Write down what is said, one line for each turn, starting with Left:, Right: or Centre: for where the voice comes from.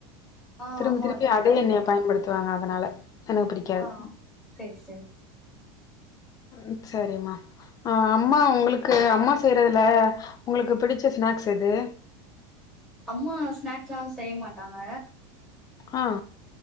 Centre: ஆ
Left: திரும்பி
Centre: ஆமா
Left: திருப்பி
Centre: அதுவு
Left: அதே
Centre: கரெக்ட்
Left: எண்ணெய
Centre: தா
Left: பயன்படுத் துவாங்க அதனால எனக்கு பிடிக்காது
Centre: ஆ சேரி சேரி
Left: ம் செரிம்மா ஆ அம்மா உங்களுக்கு அம்மா செய்யறதுல உங்களுக்கு பிடிச்ச ஸ்னாக்ஸ் எது
Centre: அம்மா ஸ்நாக்ஸ்லா செய்ய மாட்டாங்க
Left: ஆ